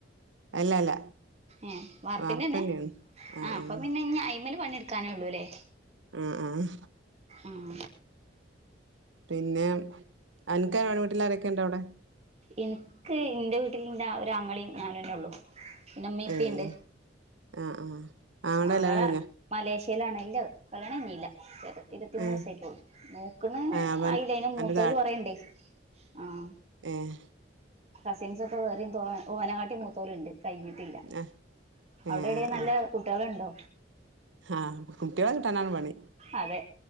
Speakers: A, on the right; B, on the right.
A: അല്ല അല്ല
B: ഏഹ് വാർപ്പിന്റെന്നെ
A: വാർപ്പ് തന്നെയാണ് ആഹ്
B: ആ
A: ആഹ്
B: അപ്പ പിന്നെ ഇന്നി ഐമൽ പണിട്ക്കാനൊള്ളൂ ലെ
A: ആഹ് ആഹ്
B: ഉം
A: പിന്നെ അൻകാര വീട്ടിൽ ആരൊക്കെണ്ടവിടെ?
B: ഇൻക്ക് ഇന്റെ വീട്ടിൽ ന്റെ ഒരാങ്ങളി ഞാനന്നെ ഉള്ളു പിന്നെ ഉമ്മീപ്പിണ്ട്.
A: ഏയ് ആഹ് ആഹ് ആങ്ങളെന്റെ
B: ആങ്ങള
A: കല്യാണം കഴിഞ്ഞ?
B: മലേഷ്യയിലാണ് ഇല്ല കല്യാണം കയിഞ്ഞില്ല. ഇരുപത്തിമൂന്നായസായിട്ടൊള്ളൂ
A: ഏഹ്
B: നോക്ണ്
A: ആഹ് അവൻ
B: ആയില്ല അയിന് മൂത്തോല്
A: അന്റെ
B: കൊറേ ഇണ്ടെ ആഹ്
A: എഹ്
B: കസിൻസ് ഒക്കെ വേറിം തോ ഓനകാട്ടി മൂത്തോലുണ്ട് കഴിഞ്ഞി ട്ടില്ല
A: ഏഹ് ഏഹ്
B: അവിടെ എവിടെ നല്ല
A: ആഹ്
B: കുട്ടിയാള്ണ്ടോ?
A: ആഹ് കുട്ടികളെ കിട്ടാനാണ് പണി
B: അതെ